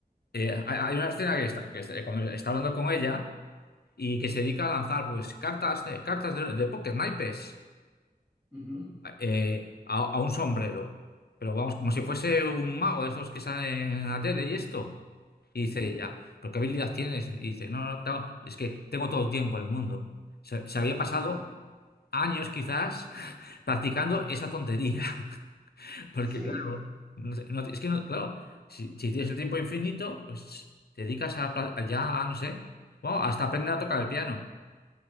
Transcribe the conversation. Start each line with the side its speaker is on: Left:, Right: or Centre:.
Left: Eh, hay hay una escena que está, que está- eh, cuando está hablando con ella y que se dedica a lanzar pues cartas de, cartas de, de póker, naipes.
Right: Ujú,
Left: eh, a, a un sombrero. Pero vamos, como si fuese un mago, esos que salen en la tele y esto. Y dice
Right: ujú.
Left: ella, ¿pero qué habilidad tienes? Y dice, no, no, claro, es que tengo todo el tiempo del mundo. Se, se había pasado
Right: <laughs>
Left: años quizás <laughs> practicando esa tontería. <laughs> Porque
Right: Sí,
Left: claro, no te- no te- es que no- claro, si, si tienes el tiempo infinito, pues te dedicas a, pla- ya, a, no sé, bueno, hasta aprender a tocar el piano.